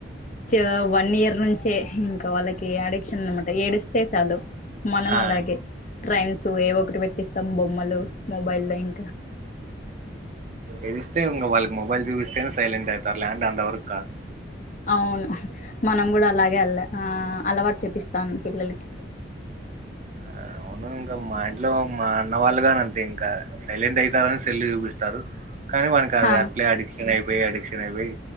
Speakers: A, on the left; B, on the right.
A: చో వన్ ఇయర్ నుంచే ఇంకా వాళ్ళకి అడిక్షన్ అనమాట ఏడిస్తే చాలు మనం
B: ఆ
A: అలాగే రైమ్స్ ఏవో ఒకటి పెట్టిస్తాం బొమ్మలు మొబైల్ లో ఇంకా
B: ఎడిస్తే ఇంగ వాళ్ళకి మొబైల్ చూపిస్తేనే సైలెంట్ ఆయితారు లేకుంటే అంత వరకు కారు
A: అవును మనం గూడా అలాగే అల ఆ అలవాటు చెపిస్తాం పిల్లలకి
B: ఆ అవును ఇంకా మా ఇంట్లో మా అన్నవాళ్ళుగాని అంతే ఇంకా సైలెంట్ అయితారని సెల్లు చూపిస్తారు కానీ వాని కది
A: హా
B: అట్లే అడిక్షన్ అయిపోయి అడిక్షన్ అయిపోయి